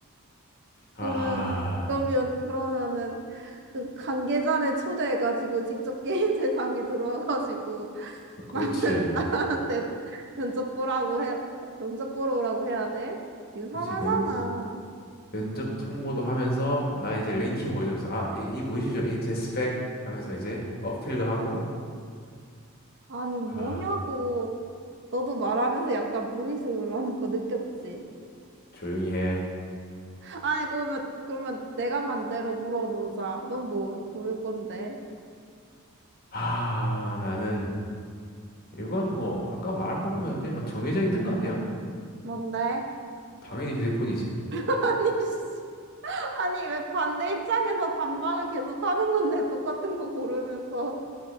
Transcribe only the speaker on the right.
그러면 그러면 그러면은 그 관계자를 초대해가지고 직접 게임 <laughs> 세상에 들어와가지고
나는 <laughs> 나한테 면접 보라고 해 면접 보러 오라고 해야 돼? 이상하잖아.
아니 뭐냐고
너도 말하면서 약간 무리수라는 거 느꼈지?
아니 그러면 그러면 내가 반대로 물어보자. 넌 뭐 고를 건데?
뭔데?
<laughs> 아니 씨. 아니, 왜 반대 입장에서 반박을 계속 하는 건데, 똑같은 거 고르면서.